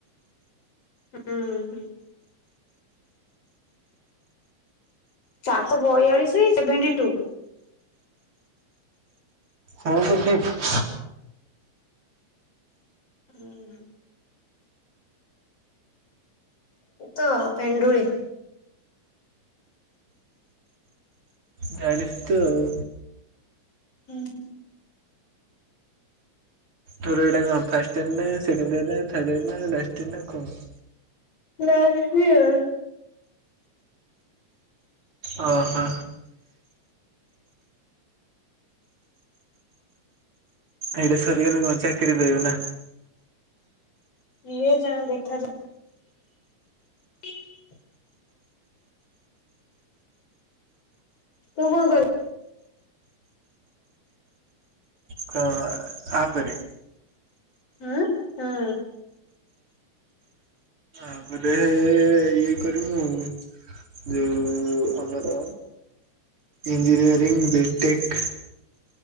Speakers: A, on the left (about 55°); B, on the right (about 45°).
A: ହୁଁ ହୁଁ। ଚାରିଶ ବୟାଳିଶ ସେଭେଣ୍ଟି ଟୁ।
B: Seventy six.
A: ହୁଁ। ତୋ ପେଣ୍ଡୁଳି।
B: ଜାଣି ତୁ ଆଉ।
A: ହୁଁ।
B: ତୋର ଏଇଟା କଣ ଫାର୍ଷ୍ଟ ଇଅର ନା ସେକେଣ୍ଡ ଇଅର ନା ଥାର୍ଡ ଇଅର ନା ଲାଷ୍ଟ ଇଅର ନା କଣ?
A: Last year.
B: ଅ ହ। ଏଇଟା ସରିଗଲେ କଣ ଚାକିରି ପାଇବ ନା।
A: କିଏ ଜାଣ ଦେଖାଯାଉ। <inaudible> ତୁ ଫୋନ୍ କର।
B: କ ଆ। ଆ ପରେ।
A: ହୁଁ। ହୁଁ।
B: ଆ ପରେ ଇଏ କରିବୁ ମୁଁ ଆଉ। ଯଉ। ଆମର ଇଞ୍ଜିନିୟରିଂ ବିଟେକ୍।